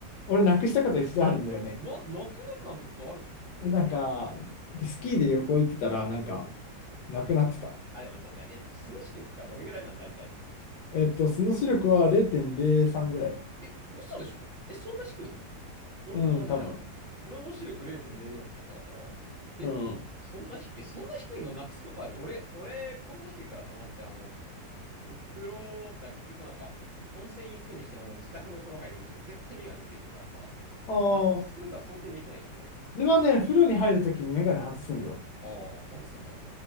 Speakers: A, on the left; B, on the right.
A: 俺、なくしたこと一度あるんだよね。
B: な、なくなるなんてことあるのええ
A: で、なんか、スキーで旅行行ってたら、なんか、
B: うん。
A: なくなってた。
B: あ、でもちょっとねえっと、素の視力がどれぐらいなんだ、いたい
A: えっと、その視力は0.03ぐらい。
B: え、嘘でしょえ、そんな低いの俺と同じじゃん。
A: うん、多分。
B: 俺の視力0.04とかだから、え、
A: うん。
B: そんな低い、えそんな低いのなくすことある俺、俺、こんな低いからさ、マジで、あの、風呂、な、結局なんか、温泉行くにしても、自宅の風呂入るにしても、絶対メガネつけてるからさ、
A: あ
B: なくすが想定できないんだよね。
A: あ、自分はね、風呂に入るときにメガネ外すんよ。
B: ああ、外すんだ。